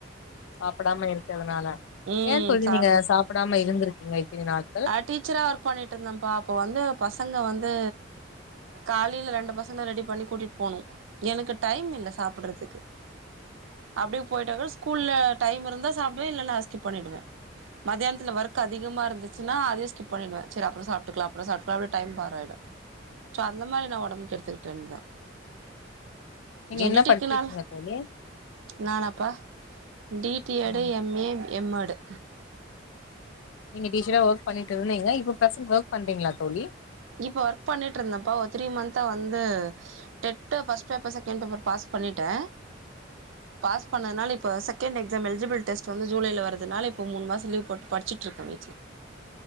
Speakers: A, on the left (about 75°); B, on the right (about 80°).
A: சாப்டாம இருக்கற்துனால
B: ம்
A: ஏ தோழி
B: சாப்
A: நீங்க சாப்புடாம இருந்துருக்கீங்க இத்தினி நாட்கள்
B: நா டீச்சரா ஒர்க் பண்ணிட்ருந்தம்பா அப்ப வந்து பசங்க வந்து காலைல ரெண்டு பசங்க ரெடி பண்ணி கூட்டிட்டு போனு எனக்கு டைம் இல்ல சாப்புட்றதுக்கு அப்டியு போய்டா கொட ஸ்கூல்ல டைம் இருந்தா சாப்டுவே இல்லனா ஸ்கிப் பண்ணிடுவே மத்யான்த்துல ஒர்க் அதிகமா இருந்துச் சுனா அதையு ஸ்கிப் பண்ணிடுவே சேர் அப்றோ சப்ட்டுக்லா அப்றோ சாப்க்லா அப்டே டைம்‌ பார் ஆய்டு சோ அந்த மாரி நா ஒடம்ப் கெடுத்துக்குட்டே தா
A: நீங்க
B: ஜெனிட்டிக்னா
A: என்ன படிச்சிருக்கீங்க தோழி
B: நானாப்பா டி டி
A: ஆமா
B: எட் எம் ஏ எம் மெடு
A: நீங்க டீச்சரா ஓக் பண்ணிட் இருந்தீங்க இப்ப ப்ரஸன் ஓக் பண்றீங்ளா தோழி
B: இப்ப ஒர்க் பண்ணிட்ருந்தம்பா ஒர் த்ரீ மந்தா வந்து டெட்ட first paper second paper pass பண்ணிட்டே பாஸ் பண்ணனால இப்போ செகண்ட் எக்ஸாம் எல்ஜிபில் டெஸ்ட் வந்து ஜூலைல வரதுனால இப்போ மூனு மாசொ லீ்வ் போட்டு படுச்சுட்ருக்க வீட்ல